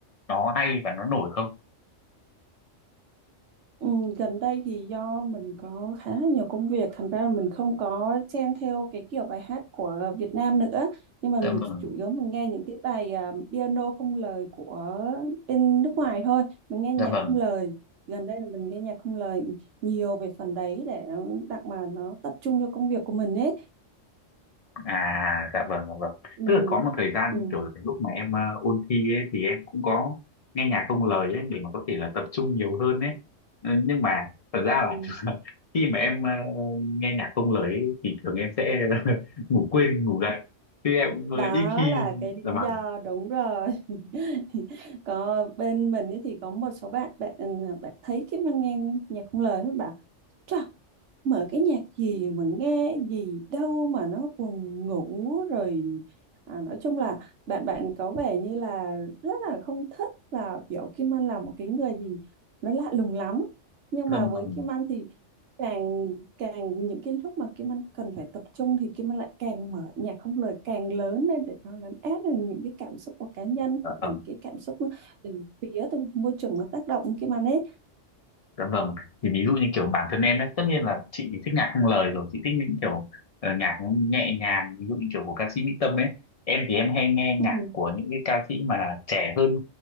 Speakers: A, on the left (about 60°); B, on the right (about 70°).
A: nó hay và nó nổi không
B: Ừ, gần đây thì do mình có khá là nhiều công việc thành ra là mình không có chen theo cái kiểu bài hát của Việt Nam nữa nhưng mà mình
A: dạ vâng
B: chủ yếu mình nghe những cái bài à, piano không lời của bên nước ngoài thôi mình nghe nhạc
A: dạ vâng
B: không lời gần đây là mình nghe nhạc không lời nhiều về phần đấy để đặng mà nó tập trung cho công việc của mình ấy
A: À dạ vâng dạ vâng
B: ừ.
A: Tức là có một thời gian
B: Ừ.
A: kiểu là cái lúc mà em ờ, ôn thi ấy, thì em cũng có nghe nhạc không lời ấy để mà có thể là tập trung nhiều hơn ấy Ừ, nhưng mà thật
B: Ừ.
A: ra là <laughs> khi mà em ờ, nghe nhạc không lời ấy, thì thường em sẽ <laughs> ngủ quên ngủ gật chứ em ờ,
B: đó
A: ít khi
B: là cái lý
A: dạ vâng
B: do đúng rồi <laughs> có bên mình ấy thì có một số bạn bạn à, bạn thấy cái mình nghe nhạc không lời mới bảo "Chà, mở cái nhạc gì mà nghe gì đâu mà nó buồn ngủ rồi à, nói chung là bạn bạn có vẻ như là rất là không thích và biểu Kim Anh là một cái người gì nó lạ lùng lắm nhưng
A: dạ
B: mà với
A: vâng
B: Kim Anh thì càng càng những cái lúc mà Kim Anh cần phải tập trung thì Kim Anh lại càng mở nhạc không lời càng lớn lên để nó lấn át được những cái cảm xúc của cá nhân
A: dạ vâng
B: và những cái cảm xúc từ phía từ môi trường nó tác động Kim Anh ấy
A: Dạ vâng, thì ví dụ như kiểu bản thân em ấy, tất nhiên là chị thì thích nhạc không lời rồi, chị thích những kiểu ờ, nhạc nó nhẹ nhàng, ví dụ như kiểu của ca sĩ Mỹ Tâm ấy. Em thì em hay nghe
B: ừ
A: nhạc của những cái ca sĩ mà trẻ hơn